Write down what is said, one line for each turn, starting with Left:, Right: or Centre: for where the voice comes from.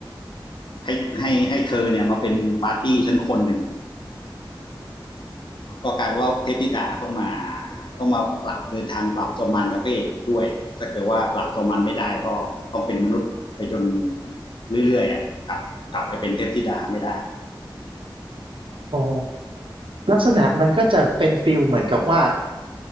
Left: ให้ให้ให้เธอเนี่ยมาเป็นปาร์ตี้ชั้นคนหนึ่ง ก็กลายว่าเทพธิดาต้องมาต้องมาปรับเดินทางปรับจอมมันกับพระเอกด้วยถ้าเกิดว่าปรับจอมมันไม่ได้ก็ต้องเป็นมนุษย์ไปจนเรื่อยๆอ่ะกลับกลับไปเป็นเทพธิดาไม่ได้
Right: อ๋อลักษณะมันก็จะเป็นฟิลเหมือนกับว่า